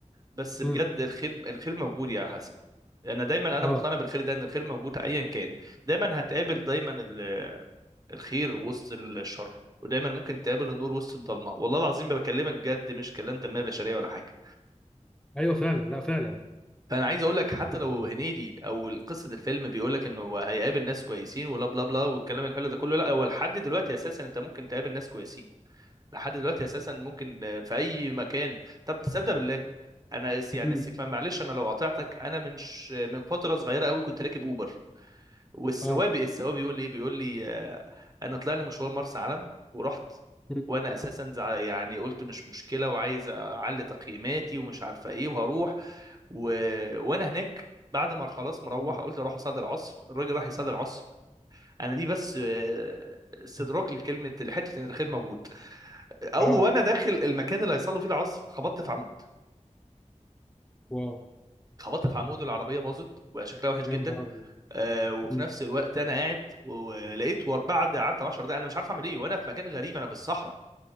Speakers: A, on the right (about 30°); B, in the centre.
A: بس بجد
B: مم.
A: الخير الخير موجود يا حسن انا دايما انا
B: اه
A: مقتنع بالخير ده ان الخير موجود ايا كان دايما هتقابل دايما ال- الخير وسط الشر ودايما ممكن تقابل النور وسط الضلمه والله العظيم بكلمك بجد مش كلام تنميه بشريه ولا حاجه
B: ايوه فعلا لا فعلا
A: فانا عايز اقول لك حتى لو هنيدي او قصه الفيلم بيقول لك انه هو هيقابل ناس كويسين ولا بلا بلا والكلام الحلو ده كله لا هو لحد دلوقتي اساسا انت ممكن تقابل ناس كويسين لحد دلوقتي اساسا ممكن آه، في اي مكان طب تصدق بالله انا اس- يعني
B: مم.
A: السك- معلش انا لو قاطعتك انا من ش... من فتره صغيره قوي كنت راكب اوبر والسواق
B: اه
A: السواق بيقول لي ايه بيقول لي آه، انا طلع لي مشوار مرسى علم ورحت
B: مم.
A: وانا اساسا زع- يعني قلت مش مشكله وعايز اعلي تقييماتي ومش عارفه ايه وهروح و... وانا هناك بعد ما خلاص مروح
B: مم.
A: قلت اروح اصلي العصر الراجل راح يصلي العصر انا دي بس آه، استدراك لكلمه لحته ان الخير موجود او
B: اه
A: وانا داخل المكان اللي هيصلوا فيه العصر خبطت في عمود
B: واو
A: خبطت في عمود والعربيه باظت وبقى شكلها وحش
B: يا
A: جدا
B: نهار ابيض
A: آه، وفي
B: مم.
A: نفس الوقت انا قاعد ولقيت ور بعد قعدت 10 دقايق انا مش عارف اعمل ايه وانا في مكان غريب انا في الصحراء